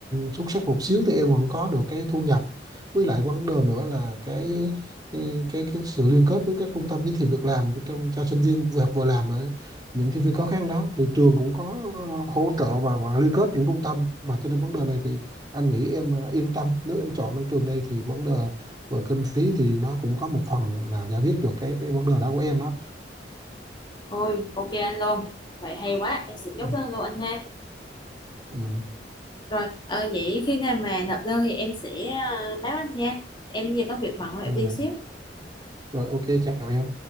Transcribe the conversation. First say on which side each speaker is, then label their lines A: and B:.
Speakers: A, on the right; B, on the left.
A: xuất sắc một xíu thì em vẫn có được cái thu nhập với lại vấn đề nữa là cái cái cái, cái sự liên kết với các trung tâm giới thiệu việc làm trong cho sinh viên vừa học vừa làm những sinh viên khó khăn đó thì trường cũng có ờ, hỗ trợ và, và liên kết những trung tâm mà cho nên vấn đề này thì anh nghĩ em ờ, yên tâm nếu em chọn được trường này thì vấn đề về kinh phí thì nó cũng có một phần nào giải quyết được cái cái vấn đề đó của em đó
B: Ôi ok anh luôn. Vậy hay quá, em sẽ
A: ừ.
B: chốt đơn luôn anh ha.
A: Ừ.
B: Rồi, ờ, vậy khi nào mà nộp đơn thì em sẽ ờ, báo anh nha. Em giờ có việc bận rồi,
A: Ừ.
B: em đi xíu.
A: Rồi ok chào em